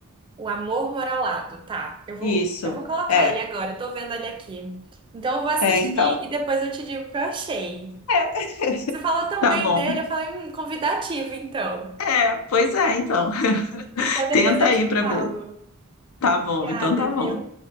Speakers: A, on the right (about 25°); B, on the left (about 75°).
A: O Amor Moralado, tá. Eu vou,
B: Isso,
A: eu vou colocar
B: é,
A: ele agora, eu tô vendo ele aqui. Então eu vou assistir
B: é, então,
A: e depois eu te digo o que eu achei.
B: é,
A: Você falou tão
B: tá
A: bem
B: bom.
A: dele, eu falei, hum, convidativo, então.
B: É, pois é, então, <laughs>
A: Então depois
B: tenta
A: eu
B: aí
A: te
B: pra
A: falo.
B: ver. Tá
A: Obrigada,
B: bom, então tá bom.
A: viu?